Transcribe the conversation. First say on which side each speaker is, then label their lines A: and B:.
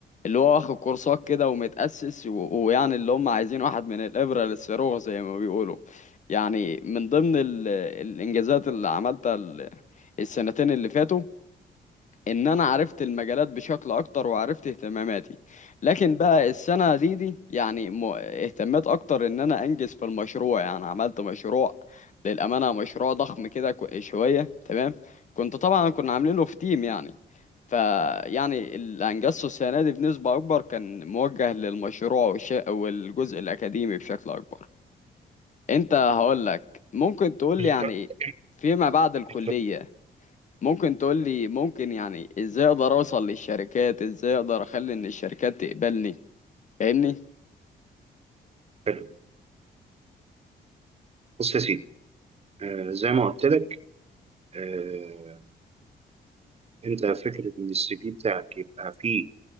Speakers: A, on the left (about 45°); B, on the right (about 35°).
A: اللي هو واخد كورسات كده ومتأسس و- ويعني اللي هم عايزين واحد من الإبرة للصاروخ زي ما بيقولوا يعني من ضمن ال... الإنجازات اللي عملتها ال- السنتين اللي فاتوا ان انا عرفت المجالات بشكل اكتر وعرفت اهتماماتي لكن بقى السنه دي دي يعني م- اهتميت اكتر ان انا انجز في المشروع يعني عملت مشروع للامانه مشروع ضخم كده كو- شويه تمام كنت طبعا كنا عاملينه في تيم يعني فيعني اللي انجزته السنه دي بنسبه اكبر كان موجه للمشروع والش- والجزء الاكاديمي بشكل اكبر انت هقول لك ممكن تقول
B: مش
A: لي يعني
B: جد-
A: فيما بعد الكليه
B: مش جد.
A: ممكن تقول لي ممكن يعني ازاي اقدر اوصل للشركات ازاي اقدر اخلي ان الشركات تقبلني فاهمني
B: حلو. بص يا سيدي آه زي ما قلت لك آه أنت فكرة إن السي في بتاعك يبقى فيه